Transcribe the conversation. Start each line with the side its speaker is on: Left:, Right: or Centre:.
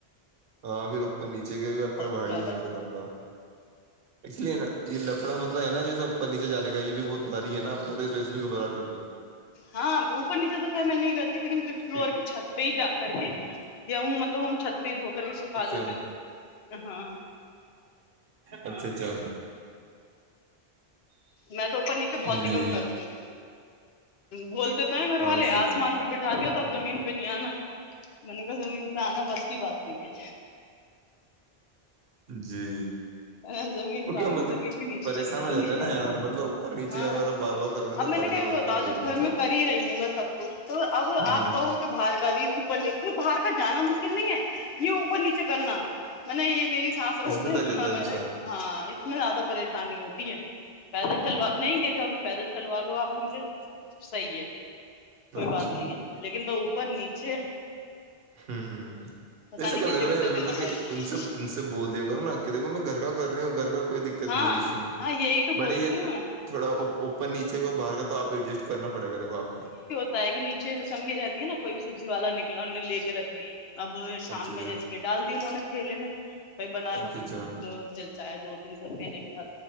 Right: ہاں پھر اوپر نیچے کے ا کا بھااریی
Left: ہی زیادہ
Right: ہے وہ لفڑا ا لیے نا یہ لفا مطلب ہے نا جیس اوپر نیچے جان کا یہ بھی بہت باری ہے نا آپ کا تو اس وجہ سے بھی گھبراہٹ ہوتی ہے
Left: ہاں اوپر نیچے تو کیا میں نہیں کرتی لیکن ففت
Right: ہے
Left: فلور کی چھت پہ ہی جا کر کے گیہوں مطلب ہم چھت پہ ہی دھو کر کے سکھا
Right: اچھا
Left: دیتے ہاں
Right: اچھا اچھا
Left: میں تو اوپر نیچے بہت
Right: جی
Left: ہی کم کرتی ہوں بولتے تو نا گھر
Right: ہاں
Left: والے
Right: صحیح
Left: آسمان پہ بیٹھے ہو توب زمین پہ نہیں آنا میں نے کہا زمین پہ آنا بس کی بات نہیں ہے
Right: جی
Left: ہے زمین پہ
Right: کیا
Left: آؤں
Right: مطلب
Left: گی زمین کے نیچے
Right: پریشان
Left: چلی جاؤں
Right: ہو جاتا
Left: گی
Right: ہے نا یار مطلب اوپر نیچے
Left: ہاں
Right: وغیرہ بار بار کرو گے
Left: اب
Right: تو
Left: میں نے
Right: پریشان
Left: کہ
Right: ہو جاتا
Left: بتا
Right: ہے کوئی
Left: جب
Right: بھی
Left: گھر
Right: انسان
Left: میں کر ہی رہی ہوں میں سب کچھ تو اب
Right: ہوں
Left: آپ کو باہر کا بھی اوپر باہر کا جانا مشکل نہیں ہے یہ اوپر نیچے کرنا میں نے یہ میری سانس روک
Right: اس میں
Left: دے
Right: تک
Left: گا
Right: جاتا ہے
Left: میں
Right: انسان
Left: ہاں اس میں زیادہ پریشانی ہوتی ہے پیدل چلوا نہیں گ جو پیدل چلوا لو آپ مجھے صحیح ہے کوئی
Right: اچھا
Left: بات نہیں ہے لیکن وہ اوپر نیچے
Right: ہوں
Left: پتا
Right: جیسا
Left: نہیں
Right: کہ
Left: کتنے
Right: لگ
Left: کتنے
Right: رہ مطلب
Left: دن ہو گیا
Right: کہ
Left: تھا
Right: ان سب ان سے بول دیا کرو نا دیکھو میں گھر کا کر رہی ہوں گھر کا کوئی دقت
Left: ہاں
Right: نہیں ہے ایشو
Left: ہاں یہی تو
Right: بڑے
Left: بولتی
Right: یہ
Left: ہوں
Right: تھوڑا ا اوپ نیچے کو باہر کا تو آپ ایڈجسٹ کرنا پڑے گا دیکو آپ کو
Left: تا ہے کہ نیچے جیس امی رہتی ہے نا کوئی بھی سبزی والا نکلا ان نے لے کے رکھ لی اب شام
Right: اچھا اچھا
Left: میں جیسے کہ ڈال دی انہوں نے تھیلے میں بائی بنا
Right: اچھا
Left: لو
Right: اچھا
Left: جو چاہے دو تین سو روپے نکلا